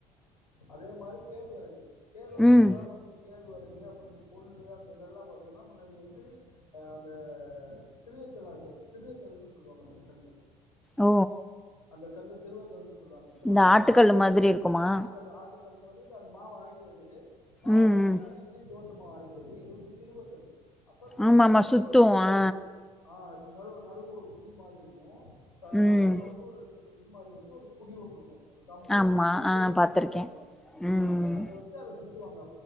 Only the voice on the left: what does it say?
அதே மாரி கேழ்வரகு கேழ்வரகுல்லா
பாத்தினா கேழ்வ ரகு அப்புறந்த கொள்ளு அந்த இதெல்லா பாத்திங்னா முன்னாடி வந்து அஹ் அந்த சிறியக்கல் சிறுக கல்ன்னு சொல்லுவாங்க அது கல்லு
அந்த கல்ல திருவக்கல்ன்னு சொல்லுவாங்க திருவக்கல்லு
வந்து அப்டி இருக்கு
ஆட்டுக்கல் ஆட்டு கல்மாரி து தால் மாவை அரைக்கிரது மாவரைக்குதுனா
இட்லி தோஸ் மாவரைக்கிறது இது வந்து திருவக்கல்லு அப்பந்த
திருவக்கல்ல
வந்து நடுவ
ஒரு கு அ நடுவ நடுவ ஒரு குழி மாரி இருக்கு அ
பக்கத்துல வந்து ஒரு இது மாரி வச்ச ஒரு புடி ஒன்ருக்கு ஒரு கம்பு வச்சு
குச்சி வச்சு
ஒரு புடி
வச்சிருப்பாங்க உம்
அந்த வச்சு அத சுட்டுவாங்க